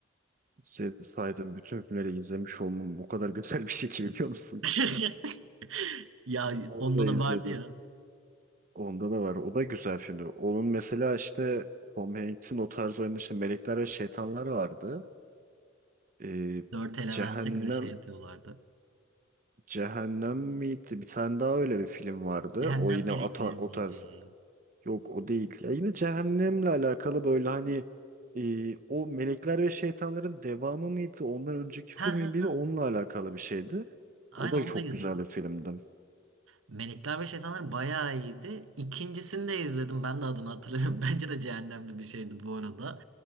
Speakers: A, on the right; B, on the right.
A: Se- Saydığım bütün filmleri izlemiş olmam bu kadar <laughs> güzel bir şey ki biliyor musun?
B: <laughs> Ya
A: Onu
B: onda
A: da
B: da
A: izledim.
B: vardı ya.
A: Onda da var. O da güzel filmdi. Onun mesela işte Tom Hanks'in o tarz oyunda işte Melekler ve Şeytanlar vardı. Ee,
B: Dört elemente
A: Cehennem
B: göre şey yapıyorlardı.
A: Cehennem miydi? Bir tane daha öyle bir film vardı.
B: Cehennem
A: O yine
B: melekleri
A: o tar-
B: miydi?
A: o tarz. Yok o değil. Ya yine Cehennem'le alakalı böyle hani e, o Melekler ve Şeytanların devamı mıydı? Ondan önceki
B: Ha
A: filmi
B: ha
A: miydi?
B: ha.
A: Onunla alakalı bir şeydi.
B: Aynen
A: O da
B: onu
A: çok
B: da izledim.
A: güzel bir filmdi.
B: Melekler ve Şeytanlar bayağı iyiydi. İkincisini de izledim. Ben de adını hatırlamıyorum. <laughs> Bence de cehennemli bir şeydi bu arada.